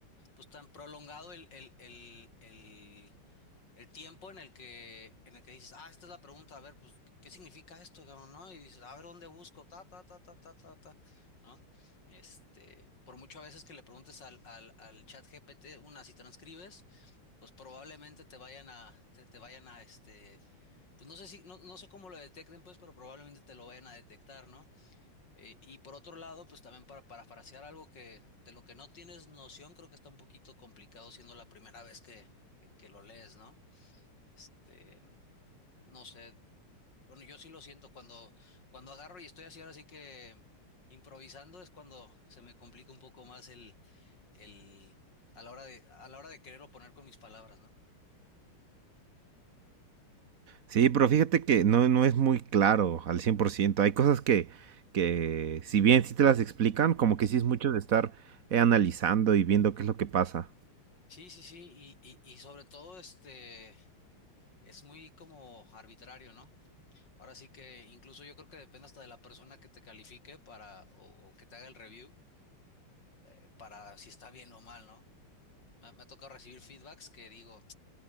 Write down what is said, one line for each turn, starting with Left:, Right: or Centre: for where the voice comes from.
Left: pues tan prolongado el, el, el, el el tiempo en el que, en el que dices, ah, esta es la pregunta, a ver, pues, ¿qué significa esto, cabrón, no? Y dices, a ver, ¿dónde busco? Ta, ta, ta, ta, ta, ta, ta, ¿no? Este, por mucho a veces que le preguntes al, al, al chat GPT, una, si transcribes, pues probablemente te vayan a, te, te vayan a, este, pues no sé si, no, no sé cómo lo detecten, pues, pero probablemente te lo vayan a detectar, ¿no? Eh, y por otro lado, pues también para parafrasear algo que, de lo que no tienes noción, creo que está un poquito complicado siendo la primera vez que, que que lo lees, ¿no? Este, no sé, bueno, yo sí lo siento cuando, cuando agarro y estoy así ahora sí que improvisando es cuando se me complica un poco más el, el, a la hora de, a la hora de querer oponer con mis palabras, ¿no?
Right: Sí, pero fíjate que no, no es muy claro al cien por ciento, Hay cosas que, que si bien sí te las explican, como
Left: Sí.
Right: que sí es mucho de estar eh, analizando y viendo qué es lo que pasa.
Left: Sí, sí, sí, y, y, y sobre todo este, es muy como arbitrario, ¿no? Ahora sí que incluso yo creo que depende hasta de la persona que te califique para, o, o que te haga el review, eh, para si está bien o mal, ¿no? Mm, Me, me ha tocado recibir feedbacks que digo,